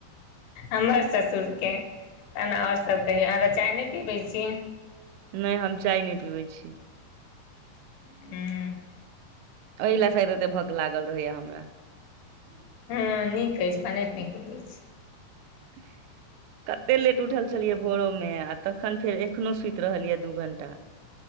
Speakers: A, on the left (about 80°); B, on the right (about 85°).
A: हमर ससुरके तहन आओर सभ कहियो अहाँ तऽ चाय नहि पीबै छी
B: नहि हम चाय नहि पीबै छी
A: ह
B: एहि लए शायद एते भक लागल रहैयै हमरा
A: हँ नीक अछि भने नहि पीबैत छी
B: <unintelligible> कतेक लेट उठल छलियै भोरोमे आ तखन फेर एखनौ सुति रहलियै दू घण्टा